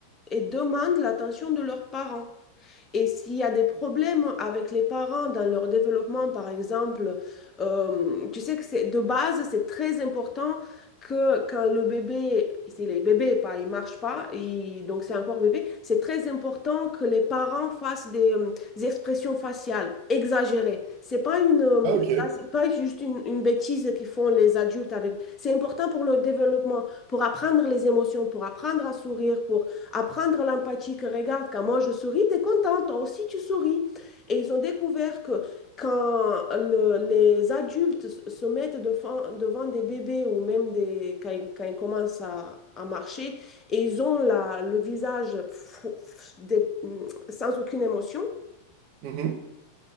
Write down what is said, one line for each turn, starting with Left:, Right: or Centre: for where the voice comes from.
Left: et demande l'attention de leurs parents. Et s'il y a des problèmes avec les parents dans leur développement, par exemple, euh, tu sais que c'est de base, c'est très important que quand le bébé, c'est les bébés, pas, il marche pas, il- donc c'est encore bébé, c'est très important que les parents fassent des, euh, des expressions faciales exagérées. C'est pas une, euh,
Right: Ah, ok.
Left: ça, c'est pas juste une, une bêtise qu'ils font les adultes avec. C'est important pour le développement, pour apprendre les émotions, pour apprendre à sourire, pour apprendre l'empathie, que regarde, quand moi je souris, t'es contente, toi aussi tu souris. Et ils ont découvert que quand le- les adultes s- se mettent devant, devant des bébés ou même des, quand, ils, quand ils commencent à, à marcher et ils ont la, le visage fou- f- des- sans aucune émotion,
Right: Mhm.